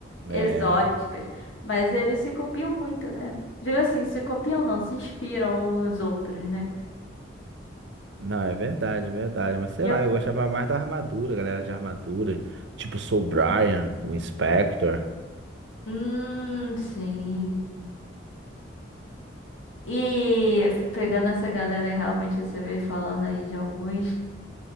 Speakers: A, on the left; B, on the right.
A: exóticas,
B: É.
A: mas eles se copiam muito, né? Digo assim, se copiam não, se inspiram uns nos outros, né?
B: Não, é verdade, é verdade. Mas sei
A: E
B: lá,
A: a...
B: eu gostava mais da armadura, galera de armadura. Tipo Soul Brian, o Inspector.
A: Hum, sim. E pegando essa galera aí, realmente você veio falando aí de alguns